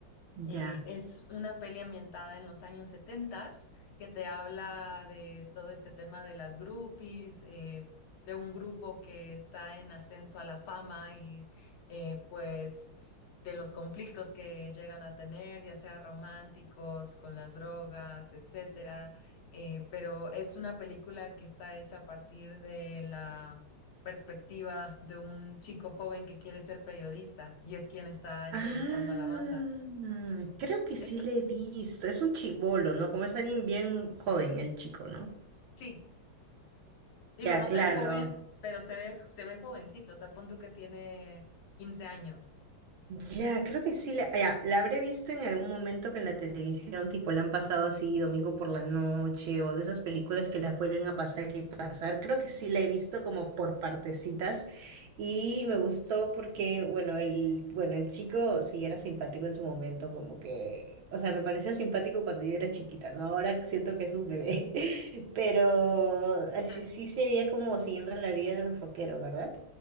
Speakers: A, on the right; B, on the left.
A: Ya.
B: Eh, es una peli ambientada en los años 70 que te habla de todo este tema de las groupies, eh, de un grupo que está en ascenso a la fama y eh, pues de los conflictos que llegan a tener, ya sea románticos, con las drogas, etcétera. Eh, pero es una película que está hecha a partir de la perspectiva de un chico joven que quiere ser periodista y es quien está entrevistando
A: Ah,
B: a la banda.
A: creo que sí
B: Está,
A: le he visto. Es un chibolo, ¿no? Como es alguien bien joven, el chico, ¿no?
B: sí, digo,
A: Ya,
B: no
A: claro.
B: tan joven, pero se ve, se ve jovencito, o sea, pon tú que tiene 15 años.
A: Ya, creo que sí, la, ya, la habré visto en algún momento que en la televisión, tipo, la han pasado así domingo por la noche o de esas películas que las vuelven a pasar y pasar. Creo que sí la he visto como por partecitas y me gustó porque, bueno, el, bueno, el chico sí era simpático en su momento, como que, o sea, me parecía simpático cuando yo era chiquita, ¿no? Ahora siento que es un bebé, <laughs> pero así
B: <laughs>
A: sí se veía como siguiendo la vida de los rockeros, ¿verdad?